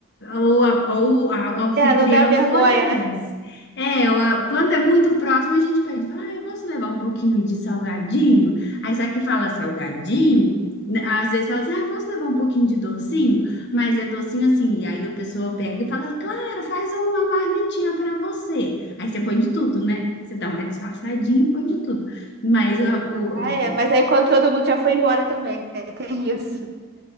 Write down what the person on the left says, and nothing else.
ou a, ou a, a anfitriã
floresce.
É, ou a- quando é muito próximo, a gente pede, fala, ah, eu posso levar um pouquinho de salgadinho? Aí só que fala salgadinho, né, às vezes fala assim, ah, eu posso levar um pouquinho de docinho? Mas é docinho assim, e aí a pessoa pega e fala, Cara, faz uma marmitinha pra você. Aí você põe de tudo, né? Você dá uma disfarçadinha e põe de tudo. Mas a- o,
o-